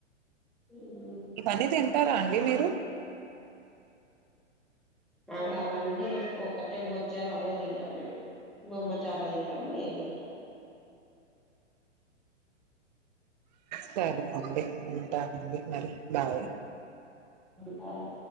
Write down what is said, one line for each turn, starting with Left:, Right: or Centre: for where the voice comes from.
Centre: ఉ
Right: ఇవన్నీ తింటారా అండి మీరు
Centre: అవి అవన్నీ తినం ఒక్కటే బొచ్చేలు అవే తింటాం మేము బొమ్మ చాప తింటాం రోయ్యలు తింటాం
Right: సరే ఓకే ఉంటానండి మరి బాయ్
Centre: బాయ్